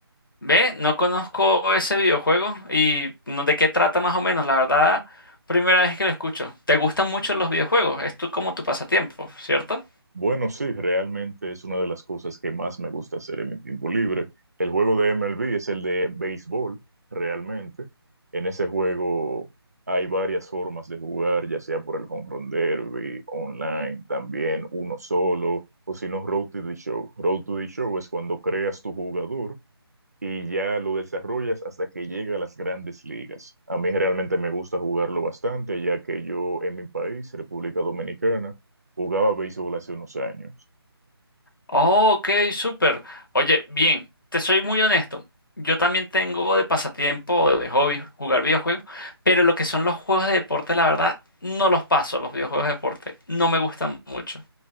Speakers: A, on the left (about 55°); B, on the right (about 40°).
A: Ve, no conozco ese videojuego y no de qué trata más o menos. La verdad, primera vez que lo escucho. ¿Te gustan mucho los videojuegos? Es tu, como tu pasatiempo, ¿cierto?
B: Bueno, sí, realmente es una de las cosas que más me gusta hacer en mi tiempo libre. El juego de MLB es el de béisbol, realmente. En ese juego hay varias formas de jugar, ya sea por el home run derby, online, también uno solo, o si no, Road to the Show. Road to the Show es cuando creas tu jugador y ya lo desarrollas hasta que llega a las grandes ligas. A mí realmente me gusta jugarlo bastante, ya que yo en mi país, República Dominicana, jugaba béisbol hace unos años.
A: Oh, ok, súper. Oye, bien, te soy muy honesto. Yo también tengo de pasatiempo, de hobby, jugar videojuegos, pero lo que son los juegos de deporte, la verdad, no los paso, los videojuegos de deporte. No me gustan mucho.